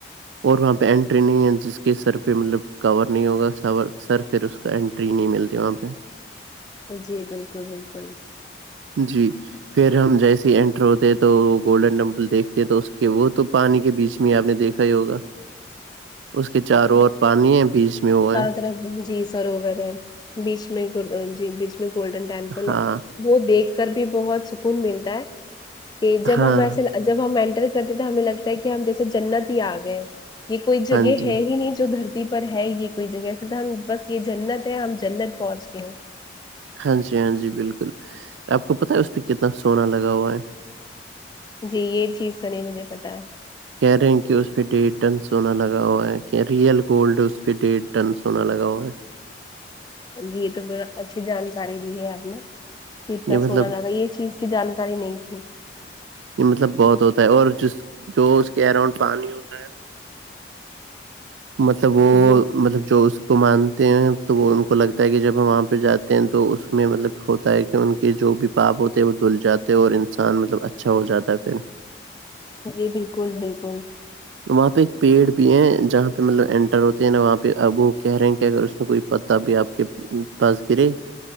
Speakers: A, on the right; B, on the left.
A: اور وہاں پہ ٹری نہیں ہے جس کے سر پہ مطلب کور نہیں ہوگا س سر پھر اس کا انینٹری نہیں ملتی وہاں پہ
B: جی بالکل بالکل
A: جی پھر ہم جیسے ہی انٹر ہوتے ہیں تو گولڈن ٹیمپل دیکھتے ہیں تو اس کے وہ تو پانی کے بیچ میں ہی آپ نے دیکھا ہی ہوگا اس کے چار اور پانی ہے بیچ میں وہ ہے
B: ط جی سروور ہے بیچ میں جی بیچ میں گولڈن ٹیمپل
A: ہاں
B: ہے وہ دیکھ کر بھی بہت سکون ملتا ہے کہ جب
A: ہاں
B: ہم ایسے جب ہم اینٹر کرتے تو ہمیں لگتا ہے کہ ہم جیسے جنت ہی آ گئے یہ کوئی جگہ
A: ہاں جی
B: ہے ہی نہیں جو دھرتی پ پر ہے یہ کوئی جگہ ایسا تو ہم بس یہ جنت ہے ہم جنت پہنچ گ ہیں
A: ہاں جی ہاں جی بالکل آپ کو پت ہے اس پہ کتنا سونا لگا ہوا ہے
B: جی یہ چیز تو نہیں مجھے پتا ہے
A: کہہ رہے ہیں کہ اس پہ ڈیڑھ ٹن سونا لگا ہوا ہے کہ ریئل گولڈ اس پہ ڈیڑھ ٹن سونا لگا ہوا ہے
B: جی یہ تو با اچھی جانکاری دی ہے آپ نے کہ اتنا
A: یہ مطلب
B: سونا لگا یہ چیز کی جانکاری نہیں تھی
A: یہ مطلب بہت ہوتا ہے اور جس جو اس کے اراؤنڈ پانی ہوتا ہے مطب
B: جی <unintelligible>
A: مطلب جو اس کو مانتے ہیں تو وہ ان کو لگتا ہے کہ جب ہم وہاں پہ جاتے ہیں تو اس میں مطلب ہوتا ہے ایک کہ ان کے جو بھی پاپ ہوتے ہیں وہ دھل جاتے ہیں اور انسان مطلب اچھا ہو جاتا ہے پھر
B: جی بالکل بالکل
A: وہاں پہ ایک پیڑ بھی ہے جہاں پہ مطلب انٹر ہوتے ہیں نا وہاں پہ ابو کہہ رہے ہیں کہ اگر اس میں کوئی پتا بھی آپ کے پاس کرے